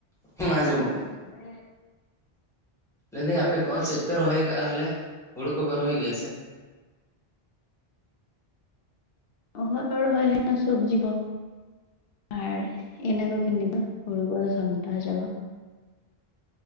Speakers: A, in the centre; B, on the left (about 70°).
A: ᱦᱮᱸ ᱟᱸᱡᱚᱢᱚᱜ ᱠᱟᱱᱟ
B: ᱦᱮ
A: ᱞᱟᱹᱭᱫᱟᱹᱧ ᱟᱯᱮ ᱠᱚ ᱪᱮᱫ ᱯᱮ ᱨᱚᱦᱚᱭ ᱟᱠᱟᱫᱼᱟ? ᱛᱟᱦᱚᱞᱮ ᱦᱩᱲᱩ ᱠᱚᱯᱮ ᱨᱚᱦᱚᱭ ᱜᱮᱭᱟ ᱥᱮ?
B: ᱦᱚ ᱨᱚᱦᱚᱭ ᱦᱩᱭᱱᱟ ᱥᱚᱵᱽᱡᱤ ᱠᱚ ᱟᱨ ᱤᱱᱟᱹ ᱠᱚ ᱫᱚ ᱦᱩᱲᱩ ᱠᱚ ᱥᱟᱢᱴᱟᱣ ᱪᱟᱵᱟ